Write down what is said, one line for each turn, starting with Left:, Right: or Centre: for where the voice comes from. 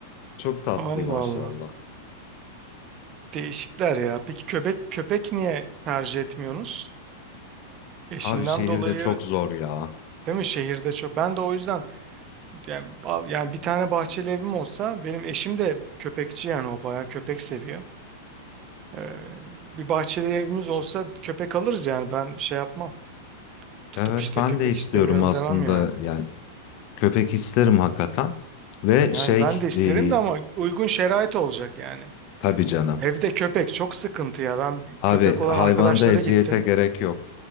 Left: Çok tatlı
Right: Allah
Left: maşallah.
Right: Allah. Değişikler ya. Peki köpek köpek niye tercih etmiyorsunuz? Eşinden
Left: Abi şehirde
Right: dolayı
Left: çok zor ya.
Right: Değil mi? Şehirde çok. Ben de o yüzden yani, a- yani bir tane bahçeli evim olsa benim eşim de köpekçi yani o bayağı köpek seviyor. Ee, bir bahçeli evimiz olsa köpek alırız yani ben şey yapmam. Tutup
Left: Evet
Right: işte
Left: ben
Right: köpek
Left: de istiyorum
Right: istemiyorum
Left: aslında
Right: demem yani.
Left: yani köpek isterim hakikaten ve
Right: Yani
Left: şey
Right: ben de isterim
Left: e,
Right: de ama uygun şerait olacak yani.
Left: tabii canım
Right: Evde köpek çok sıkıntı ya. Ben köpek
Left: abi
Right: olan
Left: hayvanda
Right: arkadaşlara
Left: eziyete
Right: gittim.
Left: gerek yok.